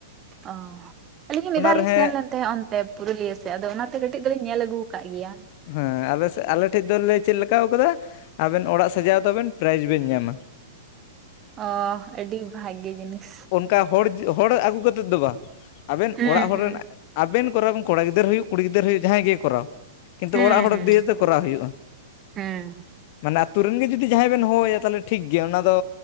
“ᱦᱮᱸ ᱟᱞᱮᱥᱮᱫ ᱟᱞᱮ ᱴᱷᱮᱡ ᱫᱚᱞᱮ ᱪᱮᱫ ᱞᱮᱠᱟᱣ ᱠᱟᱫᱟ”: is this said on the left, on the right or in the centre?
Left